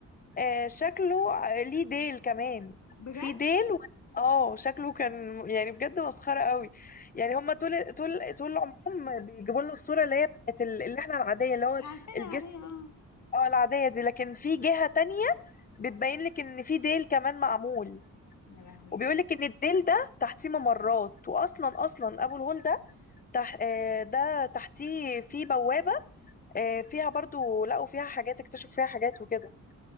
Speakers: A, on the left; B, on the left.
A: آه شكله آه، ليه ديل كمان
B: بجد
A: في ديل و... اه شكله كان يعني بجد مسخرة قوي يعني هما طول طول طول عمرهم بيجيبوا لنا الصورة اللي هي بتاعت ال- اللي احنا العادية اللي هو
B: عارفينها
A: الجسم
B: عليا اه
A: اه العادية دي لكن في جهة تانية بتبين لك ان في ديل كمان معمول
B: يا لهوي
A: وبيقول لك ان الديل ده تحتيه ممرات واصلا اصلا ابو الهول ده تح... آه، ده تحتيه في بوابة آه، فيها برضو لقوا فيها حاجات اكتشفوا فيها حاجات وكده